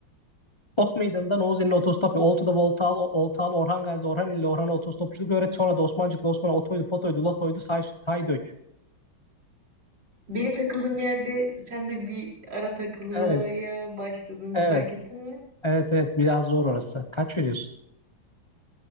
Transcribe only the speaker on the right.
Benim takıldığım yerde sen de bir ara takılmaya
başladın
fark ettin mi?